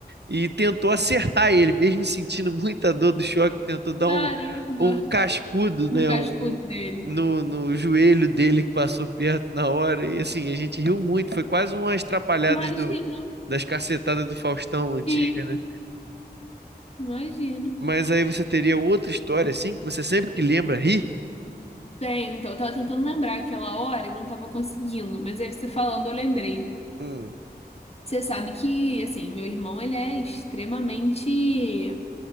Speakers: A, on the right; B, on the left.
A: e tentou acertar ele, mesmo sentindo <laughs> muita dor do choque, tentou dar
B: Caramba,
A: um, um cascudo,
B: um
A: né,
B: cascudo
A: um, um,
B: dele.
A: no, no joelho dele que passou perto na hora. E assim, a gente riu muito, foi quase umas trapalhadas
B: Imagino,
A: do, das cacetadas do Faustão antiga,
B: sim,
A: né?
B: imagino.
A: Mas aí você teria outra história, assim, que você sempre que lembra ri.
B: Tenho, então eu tava tentando lembrar aquela hora e não tava conseguindo, mas aí você falando eu lembrei.
A: Hum.
B: Você sabe que, assim, meu irmão ele é extremamente